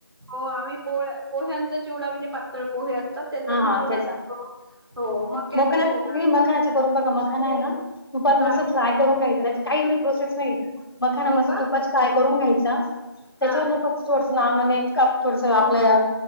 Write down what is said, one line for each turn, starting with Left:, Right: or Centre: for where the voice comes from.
Right: हो आम्ही पोह्यांचा चिवडा पोह्यांचा म्हणजे पातळ पोहे असतात. त्याचा
Left: हा
Right: पण
Left: हा
Right: चीवडा
Left: तेच
Right: तो, हो मक्याचा
Left: मखाना
Right: चीवडा.
Left: तुम्ही मखानाचा करून बघा मखाना आहे ना, तुपात
Right: हां.
Left: फ्राय करून काय एवढी प्रोसेस नाही. मखाना
Right: हो
Left: मग
Right: का?
Left: तुपात फ्राय करून घ्यायचा! त्याच्यावर.
Right: हां.
Left: फक्त थोडस एक म्हण काप थोडस आपलं